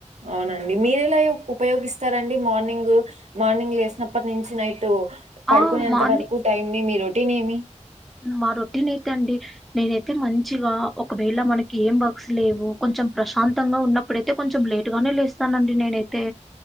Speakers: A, on the right; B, in the centre.
A: అవునండి మీరెలయో ఉపయోగిస్తారండి మార్నింగు మార్నింగ్ లేసినప్పట్నించి నైటు పడుకునేంత
B: ఆ మార్ని
A: వరకు టైం ని మీ రొటీన్ ఏమి
B: మా రోటీనైతే అండి నేనైతే మంచిగా ఒకవేళ మనకి ఏం బాక్సుల్లేవు కొంచెం ప్రశాంతంగా ఉన్నప్పుడే తే కొంచెం లేటు గానే లేస్తానండి నేనైతే